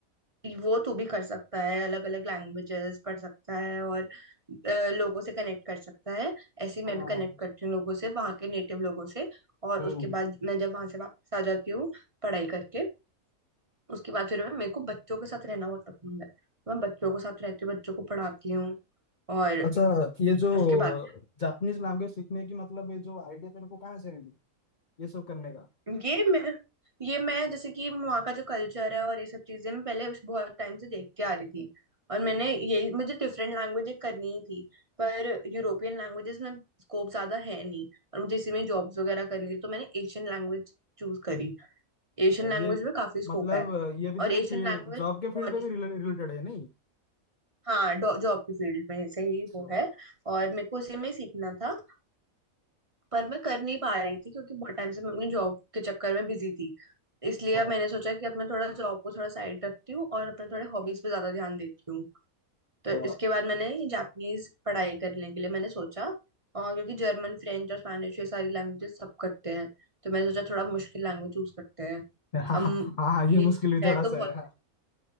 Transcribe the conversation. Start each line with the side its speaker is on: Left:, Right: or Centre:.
Right: वो तो भी कर सकता है अलग अलग लैंग्वेजेस पढ़ सकता है और अ, लोगों से कनेक्ट कर सकता है ऐसे ही मैं
Left: हाँ
Right: भी कनेक्ट करती हूँ लोगों से वहाँ के नेटिव लोगों से और
Left: हम्म
Right: उसके बाद मैं जब वहां से वापस आ जाती हूँ पढ़ाई करके उसके बाद फिर मैं मेरे को बच्चों के साथ रहना बहुत पसंद है मैं बच्चों के साथ रहती हूँ बच्चों को पढ़ाती हूँ और
Left: अच्छा ये जो
Right: उसके बाद
Left: जापानीज लैंग्वेज सीखने की मतलब ये जो आइडिया तेरे को कहाँ से मिली ये सब करने का
Right: ये मैं ये मैं जैसे कि वहाँ का जो कल्चर है और ये सब चीजें मैं पहले उस बहुत टाइम से देखती आ रही थी और मैंने
Left: अच्छा,
Right: ये मुझे डिफरेंट लैंग्वेज करनी ही थी पर यूरोपियन लैंग्वेजेस में स्कोप ज्यादा है नहीं और मुझे इसी में जॉब्स वगैरह करनी थी तो मैंने एशियन लैंग्वेज चूज करी एशियन लैंग्वेज
Left: ये
Right: में काफी स्कोप
Left: मतलब
Right: है
Left: ये भी
Right: और
Left: तेरे
Right: एशियन
Left: फील्ड
Right: लैंग्वेज
Left: जॉब के
Right: बहुत
Left: फील्ड पे
Right: डिफ-
Left: भी रिलेटेड है नहीं
Right: हाँ जॉब की फील्ड में से ही
Left: अच्छा,
Right: वो है और मेरे को उसी में ही सीखना था पर मैं कर नहीं पा रही थी क्योंकि बहुत टाइम से मैं अपनी जॉब के चक्कर में बिजी थी इसलिए
Left: हाँ
Right: अब मैंने सोचा कि अब मैं थोड़ा जॉब को थोड़ा साइड रखती हूँ और अपने थोड़े हॉबीज पे ज्यादा ध्यान देती हूँ तो
Left: हाँ
Right: इसके बाद मैंने जापानीज पढ़ाई करने के लिए मैंने सोचा और क्योंकि जर्मन फ्रेंच और स्पेनिश ये सारी लैंग्वेजेस सब करते हैं तो मैंने सोचा थोड़ा मुश्किल लैंग्वेज चूज करते हैं
Left: हाँ,
Right: अब
Left: हाँ, ये
Right: ये
Left: मुश्किल भी
Right: है
Left: थोड़ा
Right: तो
Left: सा
Right: बहुत
Left: है हाँ